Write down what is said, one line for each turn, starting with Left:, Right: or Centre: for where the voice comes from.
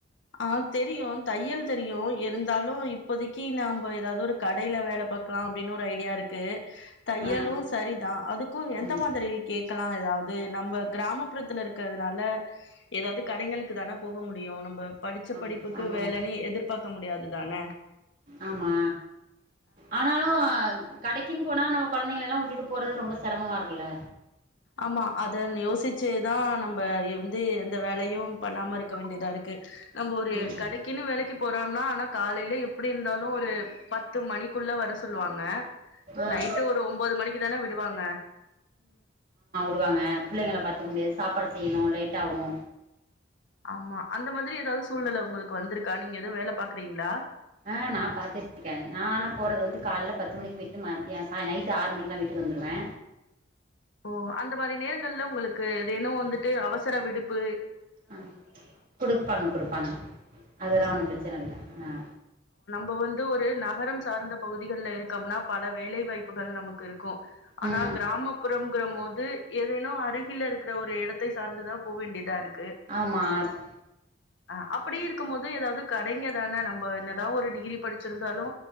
Left: ஆஹ் தெரியு தையல் தெரியு இருந்து தலு இப்போதைக்கு நாம் இப்ப ஏதாவது ஒரு கடையில வேல பாக்கலா அப்படின்னு ஒரு ஐடியா இருக்கு தையலூ
Right: ஆ
Left: சரிதா அதுக்கூ எந்த
Right: ம்
Left: மாதிரி கேக்கலா ஏதாவ்து நம்ம கிராமப் ப்றத்துல இருக்கிறத்னால ஏதாவ்து கடைங்களுக்கு தான போக முடியூ நம்ப படிச்ச
Right: ஆ
Left: படிப்புக்கு
Right: ஆமாம்
Left: வேலைனு எதிர்பாக்க முடியாத் துதான
Right: ஆமா ஆனாலூ அ கடைக்கின் போனா நம்ம கொழந்தைங்களல்லா வுட்டுட்டு போறது ரொம்ப செரமமா இருக்கூல்ல
Left: ஆமா அத ன் யோசிச்சேதா நம்ப எந்து எந்த வேலையூ பண்ணாம இருக்க வேண்டியதாருக்கு நம்ம ஒரு
Right: ம்
Left: கடைக்கின்னு வேலைக்கு போறோனா ஆனா காலையில எப்டிருந்தாலூ ஒரு பத்து மணிக்குள்ள வர சொல்லுவாங்க
Right: ஆ
Left: நைட்டு ஒரு ஒம்போது மணிக்கு தான விடுவாங்க
Right: டுவாங்க பிள்ளைங்ள பாத்துக்க முடியாது சாப்பாடு செய்யணூ லேட்டாவூ
Left: ஆமா அந்த மாத்ரி ஏதாவ்து சூழ்நெல உங்களுக்கு வந்திருக்கா நீங்க ஏதோ வேல பாக்றீங்களா
Right: ஆ நா பாத்துட்ருக்கே நானா போறது வந்து கால்ல பத்து மணிக்கு விட்டு மத்ய சாய நைட்டு ஆறு மணிக்குலா வீட்டுக்கு வந்துருவே
Left: ஓ அந்த மாரி நேரங்கள்ல உங்களுக்கு எதேனோ வந்துட்டு அவசர விடுப் பு
Right: அ குடுப்பாங்க குடுப்பாங்க அதல்லா
Left: ஆ
Right: ஒண்ணூ ப்ரச்சன இல்ல ஆ
Left: போ வந்து ஒரு நகரம் சார்ந்த பகுதிகள்ல இருக்கம்னா பல வேலைவாய்ப் புகள் நமக்கிருக்கூ ஆனா
Right: ம்
Left: கிராமப் ருங்கிற மோத் து ஏதேனூ அருகில்ல இருக்கிற ஒரு எடத்தை சார்ந்துதா போ வேண்டியதாருக்
Right: ஆமா அத்
Left: அ அப்டிருக்கும் போது ஏதாவ்து கடைங்க தான நம்ப என்னதா ஒரு டிகிரி படிச்சிருந்தாலூ